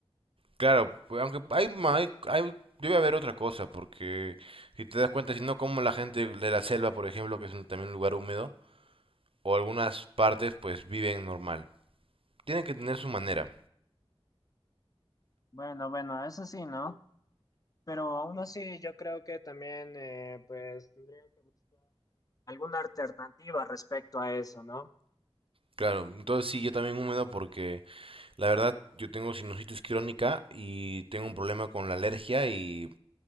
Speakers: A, on the right; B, on the left.
A: claro, pues, aunque hay, ma- hay, hay- debe haber otra cosa, porque si te das cuenta, si no como la gente de la selva, por ejemplo, que es un- también un lugar húmedo, o algunas partes, pues viven normal. Tienen que tener
B: Mm,
A: su manera.
B: Bueno, bueno, eso sí, ¿no? Pero aún así, yo creo que también, eh, pues, tendría que buscar alguna alternativa respecto a eso, ¿no?
A: Claro, entonces sí, yo también húmedo porque La verdad, yo tengo sinusitis crónica y tengo un problema con la alergia y